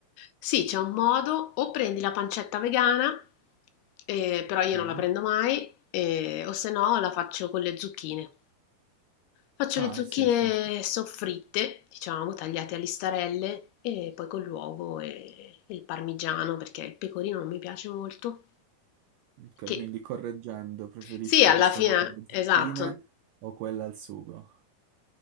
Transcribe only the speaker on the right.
Ok.
Ah,
sì, sì.
Ok,
quindi correggendo, preferisci
questa
qua con le
zucchine o quella al sugo?